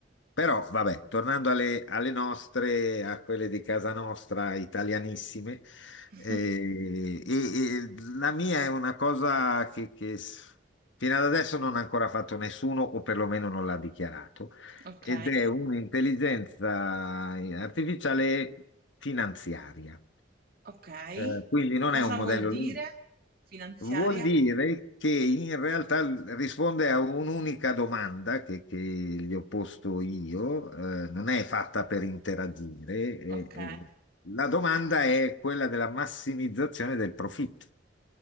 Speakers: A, on the left; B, on the right.
A: però, vabbè, tornando alle, alle nostre, a quelle di casa nostra, italianissime,
B: <laughs>
A: eh, e, e la mia è una cosa che, che s- fino ad adesso non ha ancora fatto nessuno, o perlomeno non l'ha dichiarato,
B: Ok,
A: ed è un'intelligenza eh, artificiale finanziaria.
B: ok.
A: Eh, quindi non
B: Cosa
A: è un modello,
B: vuol dire
A: lì.
B: finanziaria?
A: Vuol dire che in realtà l- risponde a un'unica domanda che, che gli ho posto io, eh, non è fatta per interagire. eh,
B: Ok,
A: eh. La domanda è quella della massimizzazione del profitto.